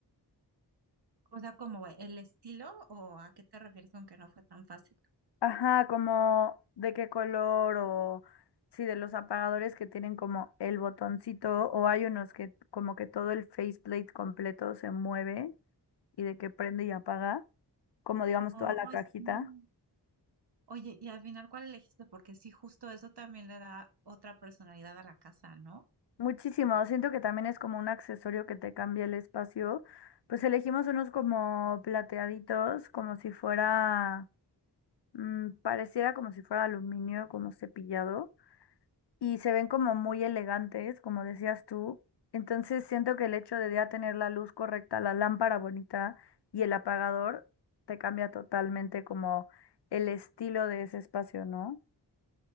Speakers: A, on the right; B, on the left.
A: O sea, ¿cómo el estilo o a qué te refieres con que no fue tan fácil?
B: Ajá, como de qué color o sí, de los apagadores que tienen como el botoncito o hay unos que como que todo el faceplate completo se mueve y de que prende y apaga, como digamos
A: Oh,
B: toda la cajita.
A: sí. Oye, y al final, ¿cuál elegiste? Porque sí, justo eso también le da otra personalidad a la casa, ¿no?
B: Muchísimo, siento que también es como un accesorio que te cambia el espacio. Pues elegimos unos como plateaditos, como si fuera, mm, pareciera como si fuera aluminio, como cepillado. y se ven como muy elegantes, como decías tú. Entonces siento que el hecho de ya tener la luz correcta, la lámpara bonita y el apagador te cambia totalmente como el estilo de ese espacio, ¿no?